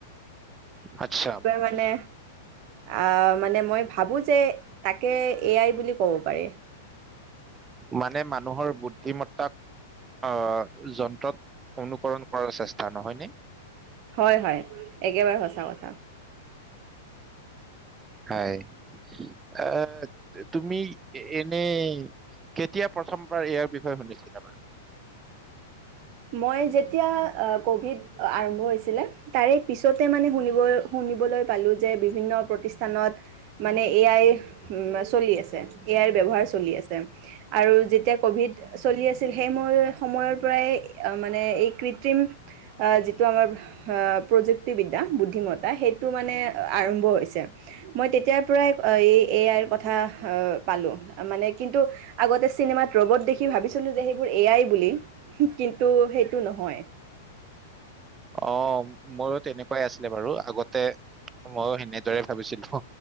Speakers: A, on the right; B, on the right.
A: আচ্ছা।
B: মানে, আ মানে, মই ভাবোঁ যে তাকে এ আই বুলি ক'ব পাৰি।
A: মানে মানুহৰ বুদ্ধিমত্তাক আহ, যন্ত্ৰত অনুকৰণ কৰাৰ চেষ্টা নহয়নে?
B: হয়, হয় একেবাৰে সঁচা কথা।
A: হয়, আহ, তুমি এনে কেতিয়া পৰা, প্ৰথমবাৰ ইয়াৰ বিষয়ে শুনিছিলো মই।
B: মই যেতিয়া ক'ভিড আৰম্ভ হৈছিলে। তাৰে পিছতে, মানে, শুনিবই শুনিবলৈ পালোঁ যে বিভিন্ন প্ৰতিষ্ঠানত। মানে এ আই চলি আছে, এ আইৰ ব্যৱহাৰ চলি আছে। আৰু যেতিয়া কভিড চলি আছিল, সেই সময় সময়ৰ পৰাই মানে এই কৃত্ৰিম আহ যিটো আমাৰ, আহ, প্ৰযুক্তিবিদ্যা, বুদ্ধিমত্তা সেইটো মানে আৰম্ভ হৈছে। মই তেতিয়াৰ পৰাই এই এ আইৰ কথা পালোঁ। মানে কিন্তু, আগতে চিনেমাত ৰবত দেখি ভাবিছিলোঁ যে সেইবোৰ এ আই বুলি, কিন্তু সেইটো নহয়।
A: অ', ময়ো তেনেকুৱাই আছিলোঁ। বাৰু, আগতে ময়ো সেনেদৰে ভাবিছিলোঁ,